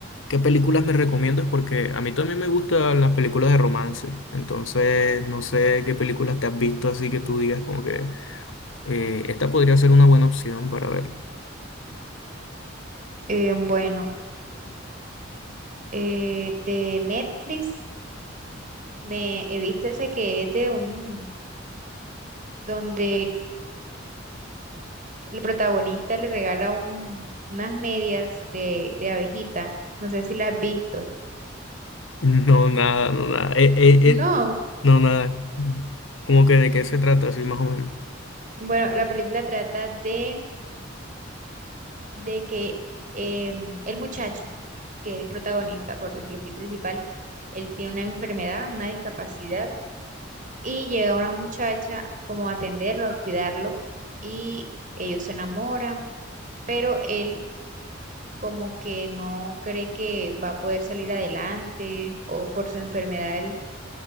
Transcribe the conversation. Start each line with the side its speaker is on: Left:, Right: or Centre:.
Left: qué películas me recomiendas porque a mí también me gustan las películas de romance, entonces no sé qué películas te has visto así que tú digas como que eh, esta podría ser una buena opción para ver. <laughs>
Right: Eh, bueno, eh, de Netflix me he visto esa que es de un, donde el protagonista le regala un- unas medias de, de abejita. No sé si las has visto.
Left: No, nada, no, nada, eh, eh,
Right: No,
Left: eh, no, nada, como que de qué se trata así más o menos.
Right: bueno, la película trata de de que eh, el muchacho, que es el protagonista, por decirlo así, principal, él tiene una enfermedad, una discapacidad, y llega una muchacha como a atenderlo, a cuidarlo, y ellos se enamoran, pero él como que no cree que va a poder salir adelante, o por su enfermedad él